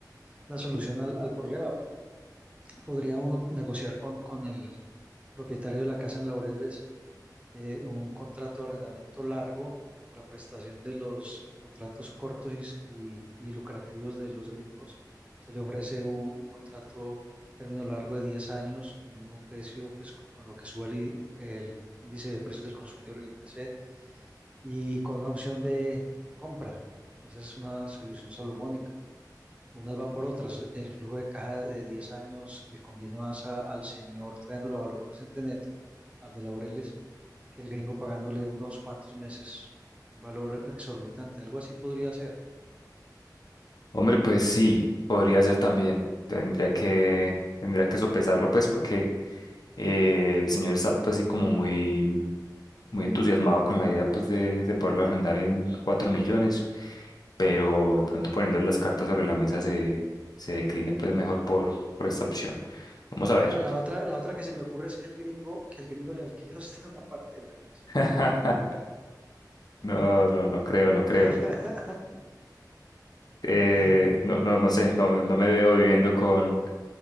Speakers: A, on the right; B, on the left.
A: la solución al, al problema. Podría uno negociar con, con el propietario de la casa en Laureles, eh, un contrato de arrendamiento largo en contraprestación de los contratos cortos y, y- y lucrativos de los gringos. Se le ofrece un, un contrato término largo de 10 años con mínimo precio, pues con, con lo que sube el, i- el índice de precios del consumidor, el IPC, y con una opción de de compra. Esa es una solución salomónica unas van por otras. El flujo de caja de 10 años le conviene más a- al señor trayéndolo a valor presente neto, al de Laureles, que el gringo pagándole unos cuantos meses un valor exorbitante. Algo así podría ser.
B: Hombre, pues sí, podría ser también. Tendría que, tendría que sopesarlo, pues, porque Eh, el señor está pues, así como muy, muy entusiasmado con la idea pues de, de poderlo arrendar en 4 millones, pero de pronto poniendo las cartas sobre la mesa se, se decline pues mejor por, por esta opción. Vamos a ver.
A: La, la otra, la otra que se me ocurre es que el gringo, que el gringo le alquile a usted <laughs> una parte de la casa.
B: <laughs> No, no, no creo, no creo.
A: <clears throat>
B: Eh,
A: <laughs>
B: no, no, no sé, no, no me veo viviendo con,